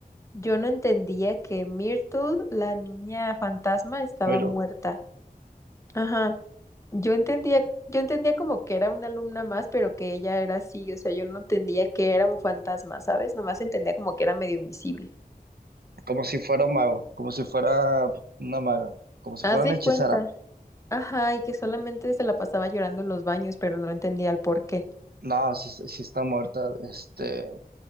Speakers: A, on the left (about 20°); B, on the right (about 80°).
A: yo no entendía que Myrtle, la niña fantasma, estaba
B: pero
A: muerta. Ajá. Yo entendía, yo entendía como que era una alumna más, pero que ella era así. O sea, yo no entendía que era un fantasma, ¿sabes? Nomás entendía como que era medio invisible.
B: como si fuera un mago, como si fuera una maga, como si
A: Haz
B: fuera
A: de
B: una hechicera.
A: cuenta. Ajá, y que solamente se la pasaba llorando en los baños, pero no entendía el por qué.
B: No, si, si está muerta, este